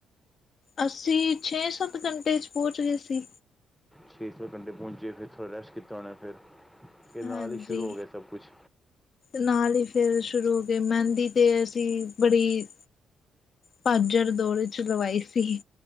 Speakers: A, on the left; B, in the centre.
A: ਅੱਸੀ ਛੇ ਸੱਤ ਘੰਟੇ 'ਚ ਪਹੁੰਚ ਗਏ ਸੀ।
B: ਛੇ ਸੱਤ ਘੰਟੇ ਪਹੁੰਚੇ ਫਿਰ ਥੋੜਾ ਰੈਸਟ ਕੀਤਾ ਉਹੇ ਫਿਰ ਕਿ ਨਾਲ
A: ਹਾਂਜੀ
B: ਹੀ ਸ਼ੁਰੂ ਹੋ ਗਿਆ ਸਭ ਕੁਛ
A: ਨਾਲ ਹੀ ਫਿਰ ਸ਼ੁਰੂ ਹੋ ਗਏ ਮਹਿੰਦੀ ਤੇ ਅਸੀਂ ਬੜੀ ਭਾਜੜ ਦੌੜ 'ਚ ਲਵਾਈ ਸੀ।